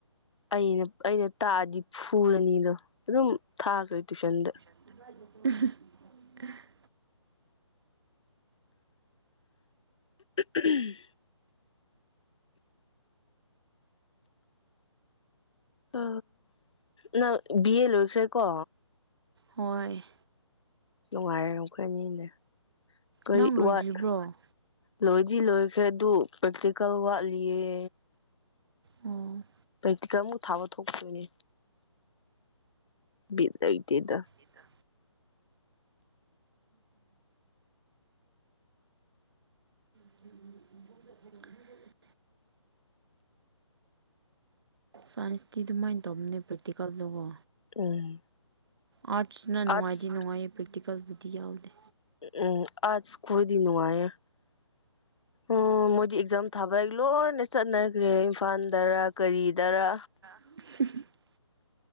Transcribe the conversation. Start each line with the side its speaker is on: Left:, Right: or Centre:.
Left: ꯑꯩꯅ ꯑꯩꯅ ꯇꯥꯛꯑꯗꯤ ꯐꯨꯔꯅꯤꯗꯣ ꯑꯗꯨꯝ ꯊꯥꯈ꯭ꯔꯦ ꯇꯨꯏꯁꯟꯗ
Right: <unintelligible>
Left: ꯎꯝ ꯕ ꯅꯪ ꯕꯤ ꯑꯦ ꯂꯣꯏꯈ꯭ꯔꯦꯀꯣ
Right: ꯍꯣꯏ
Left: ꯅꯨꯡꯉꯥꯏꯔꯦ ꯑꯈꯣꯏꯅꯤꯅꯦ ꯀꯔꯤ
Right: ꯅꯪ ꯂꯣꯏꯗ꯭ꯔꯤꯕ꯭ꯔꯣ
Left: ꯋꯥꯠ
Right: ꯑꯣ
Left: ꯂꯣꯏꯗꯤ ꯂꯣꯏꯈ꯭ꯔꯦ ꯑꯗꯨ ꯄ꯭ꯔꯦꯛꯇꯤꯀꯦꯜ ꯋꯥꯠꯂꯤꯌꯦ
Right: ꯑꯣ
Left: ꯄ꯭ꯔꯦꯛꯇꯤꯀꯜ ꯑꯃꯨꯛ ꯊꯥꯕ ꯊꯣꯛꯇꯗꯣꯏꯅꯦ ꯕꯤꯠ ꯂꯩꯇꯦꯗ
Right: ꯏꯗ ꯎꯝ ꯁꯥꯏꯟꯁꯇꯤ ꯑꯗꯨꯃꯥꯏꯅ ꯇꯧꯕꯅꯦ ꯄ꯭ꯔꯦꯛꯇꯤꯀꯦꯜꯗꯨꯒꯣ
Left: ꯎꯝ
Right: ꯑꯥꯔꯠꯁꯅ ꯅꯨꯡꯉꯥꯏꯗꯤ
Left: ꯑꯥꯔꯠꯁ
Right: ꯅꯨꯡꯉꯥꯏꯌꯦ ꯄ꯭ꯔꯦꯛꯇꯤꯀꯦꯜꯕꯨꯗꯤ ꯌꯥꯎꯗꯦ
Left: ꯎꯝ ꯑꯥꯔꯠꯁ ꯀꯣꯏꯗꯤ ꯅꯨꯉꯥꯏꯑꯦ ꯎꯝ ꯑꯦꯛꯖꯥꯝ ꯊꯥꯕꯩ ꯂꯣꯏꯅ ꯆꯠꯅꯈ꯭ꯔꯦ ꯏꯝꯐꯥꯜꯗꯔ ꯀꯔꯤꯗꯔ
Right: <unintelligible>